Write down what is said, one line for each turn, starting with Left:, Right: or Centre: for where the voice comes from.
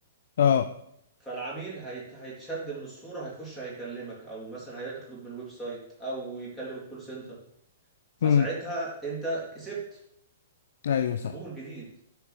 Left: اه
Centre: فالعميل هيت... هيتشد من الصورة هيخش هيكلمك او مثلا هيطلب من الويب سايت او يكلم الكول سنتر فساعتها
Left: مم.
Centre: انت كسبت
Left: ايوه
Centre: زبون
Left: صح
Centre: جديد